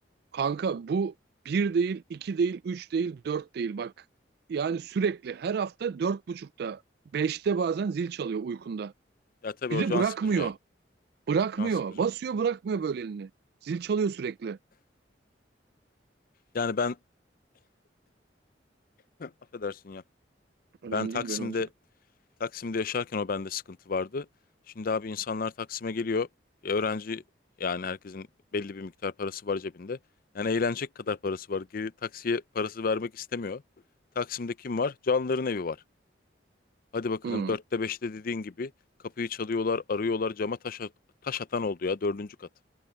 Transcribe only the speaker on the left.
Ya tabii
o
can
sıkıcı ya.
Can sıkıcı.
Yani ben affedersin ya.
Ben Taksim'de
Taksim'de yaşarken o bende sıkıntı vardı. Şimdi abi insanlar Taksim'e geliyor. E, Öğrenci yani herkesin belli bir miktar parası var cebinde. Yani eğlenecek kadar parası var. Geri taksiye parası vermek istemiyor. Taksim'de kim var? Canların evi var. Hadi bakalım
dörtte beşte dediğin gibi kapıyı çalıyorlar, arıyorlar. Cama taş, at- taş atan oldu ya dördüncü kat.